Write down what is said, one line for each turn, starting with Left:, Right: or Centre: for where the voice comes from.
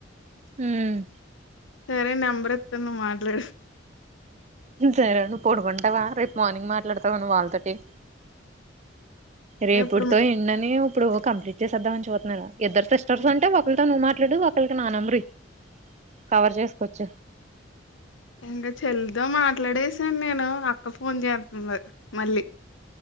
Right: మ్మ్
Left: సరే నంబర్ ఇత్త ను మాట్లాడు
Right: సరే నువ్వు పోడుకుంటావా రేపు మార్నింగ్ మాట్లాడతావా నువ్ వాళ్తోట్టి రేపుడుతో
Left: ఇప్పుడు
Right: ఎండని ఇప్పుడు కంప్లీట్ చేసేద్దామని చూతున్నాన్, ఇద్దరు సిస్టర్స్ అంటే ఒకళ్ళతో నువ్వు మాట్లాడు ఒకళ్ళకి నా నంబర్ ఇయ్ కవర్ జేసుకోవచ్చు.
Left: ఇంగ చెల్లితో మాట్లాడేసాన్ నేను అక్క ఫోన్ చేతంది మళ్ళీ